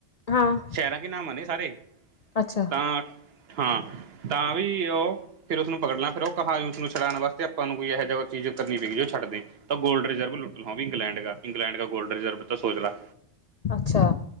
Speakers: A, on the left; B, on the right.
A: ਹਾਂ
B: ਸ਼ਹਿਰਾਂ ਕੀ ਨਾਮ ਆ ਨੇ ਸਾਰੇ,
A: ਅੱਛਾ
B: ਤਾਂ ਹਾਂ। ਤਾਂ ਵੀ ਉਹ ਫੇਰ ਉਸਨੂੰ ਪਕੜਨਾ, ਫਿਰ ਉਹ ਕਹਾ ਉਸਨੂੰ ਛੱਡਾਣ ਵਾਸਤੇ, ਆਪਾਂ ਨੂੰ ਕੋ ਇਹੋ ਜੀ ਚੀਜ਼ ਕਰਨੀ ਪਈਗੀ ਉਹ ਛੱਡ ਤਾਂ ਗੋਲਡ ਰਿਜ਼ਰਵ ਲੁੱਟ ਲ ਵੀ ਇੰਗਲੈਂਡ ਦਾ, ਇੰਗਲੈਂਡ ਦਾ ਗੋਲਡ ਰਿਜ਼ਰਵ ਤਾਂ ਸੋਚ ਲਾ।
A: ਅੱਛਾ।